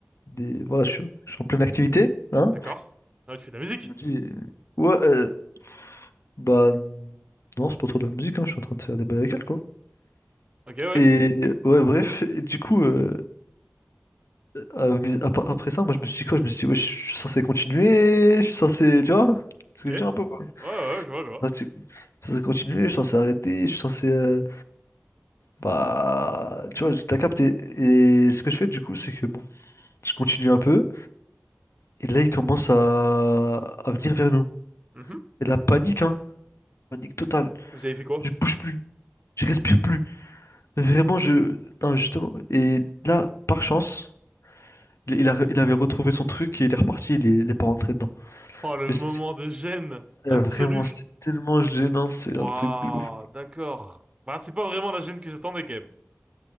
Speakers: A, on the left (about 80°); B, on the right (about 20°).
A: des... Voilà, je suis, je suis en pleine activité, hein.
B: d'accord. Ah, tu fais de la musique,
A: Je me dis, ouais, euh, bah... Non, c'est pas trop de la musique, hein, je suis en train de faire des bails avec elle, quoi.
B: ok, ouais,
A: Et, ouais, bref, et du coup, euh, à- ap- après ça, moi, je me suis dit quoi? Je me suis dit, ouais, je suis censé continuer, je suis censé... Tu vois? Ce que
B: ok.
A: je veux dire un peu, quoi.
B: Ouais, ouais, je vois, je vois.
A: Je suis censé continuer, je suis censé arrêter, je suis censé... euh, bah... Tu vois, t'as capté. Et ce que je fais, du coup, c'est que, bon, je continue un peu. Et là, il commence à, à venir vers nous.
B: Mhm.
A: Et la panique, hein. Panique totale.
B: Vous avez fait quoi?
A: Je bouge plus. Je respire plus. Vraiment, je. Non, justement. Et là, par chance, il, il a- il avait retrouvé son truc et il est reparti. Il est, il est pas rentré dedans.
B: Oh, le
A: Mais
B: moment
A: c'est- c'est-
B: de gêne absolu.
A: euh, vraiment, c'était tellement gênant. C'est
B: Waouh,
A: un truc de ouf.
B: d'accord. Bah, c'est pas vraiment la gêne que j'attendais, quand même.